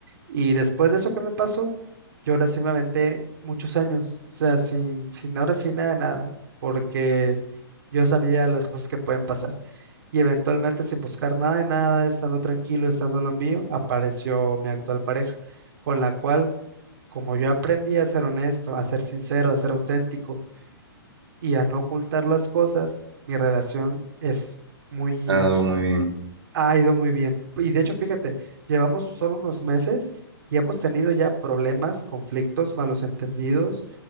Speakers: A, on the right; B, on the right.
A: Y después de eso que me pasó, yo ahora sí me aventé muchos años, o sea, sin, sin ahora sí nada de nada, porque yo sabía las cosas que pueden pasar. Y eventualmente, sin buscar nada de nada, estando tranquilo, estando en lo mío, apareció mi actual pareja, con la cual, como yo aprendí a ser honesto, a ser sincero, a ser auténtico, y al no ocultar las cosas, mi relación es muy,
B: Ha dado muy bien,
A: ha ido muy bien. Y de hecho, fíjate, llevamos solo unos meses y hemos tenido ya problemas, conflictos, malos entendidos,